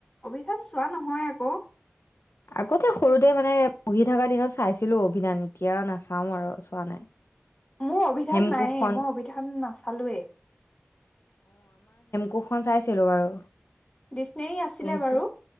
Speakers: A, on the left; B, on the left.
A: অভিধান চোৱা নহয় আকৌ।
B: আগতে সৰুতে মানে পঢ়ি থকা দিনত চাইছিলো অভিধান এতিয়াও নাচাও আৰু চোৱা নাই।
A: মোৰ অভিধান
B: হেমকোষখন
A: নায়ে মই অভিধান নাচালোৱেই।
B: কুখন চাইছিলো বাৰু।
A: ডিচনেৰী আছিলে
B: পঢ়িছো
A: বাৰু